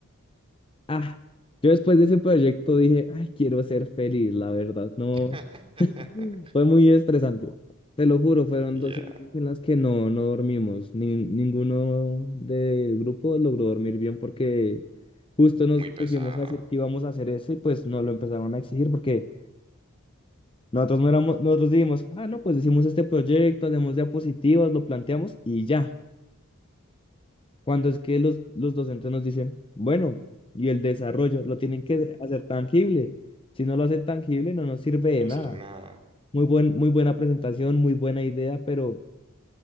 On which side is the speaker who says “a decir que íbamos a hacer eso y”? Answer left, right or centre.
Left